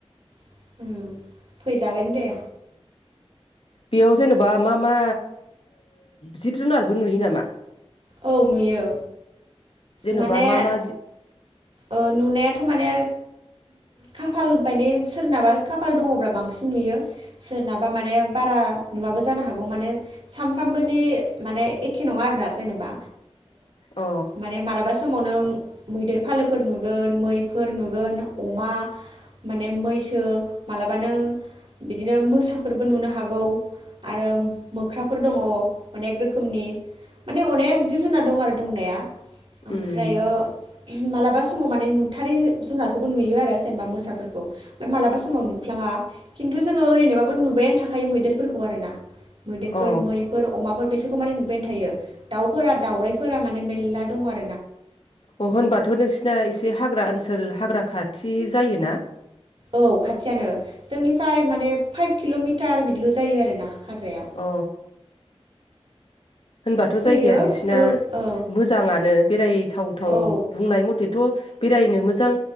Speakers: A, on the right; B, on the left.
A: <unintelligible> जागोन दे
B: बेयाव जेनेबा मा मा जिब जुनारबो नुयो नामा
A: औ नुयो
B: जेन'बा
A: माने
B: मा मा जि
A: ओ नुनायाथ' माने खाफाल बाने सोरनाबा खाफाल दङब्ला बांसिन नुयो सोरनाबा माने बारा नुवाबो जानो हागौ माने सानफ्रामबोनि माने एखे नङा आरोना जेनेबा
B: अ
A: माने मालाबा समाव नों मैदेर फालोफोर नुगोन मैफोर नुगोन अमा माने मैसो मालाबानो बिदिनो मोसाफोरबो नुनो हागौ आरो मोख्राफोर दङ अनेक रोखोमनि माने अनेक जिब जुनार दं आरो दंनाया ओमफ्रायो
B: उम
A: मालाबा समाव माने नुथारै जुनारखौबो नुयो आरो जेनेबा मोसाफोरखौ मालाबा समाव नुफ्लाङा खिन्थु जोङो ओरैनोबाबो नुबायानो थाखायो मैदेरफोरखौ आरो ना मैदेरफोर
B: अ
A: मैफोर अमाफोर बेसोर मै नुबायनो थायो दाउ फोरान दाउरायफोरा माने मेरला दं आरो
B: अ होनबाथ' नोंसिना एसे हाग्रा ओनसो ल हाग्रा खाथि जायोना?
A: औ खाथियानो जोंनिफ्राय माने फाइभ किल' मि टार बिदिल' जायो आरोना हाग्राया
B: अ। होनबाथ'
A: फैयो
B: जायगाया नोंसिना
A: गो औ
B: मोजाङानो बेरायथाव थाव
A: औ
B: बुंनाय मथेथ' बेरायनो मोजां